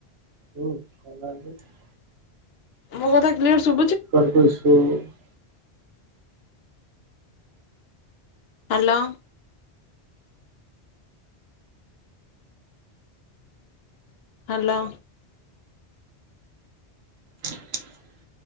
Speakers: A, on the right (about 70°); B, on the left (about 70°).
A: ହୁଁ କୋଉନାହାନ୍ତି।
B: ମୋକଥା କ୍ଲିୟର ଶୁବ୍
A: <unintelligible>
B: ହାଲୋ। ହାଲୋ।
A: <inaudible>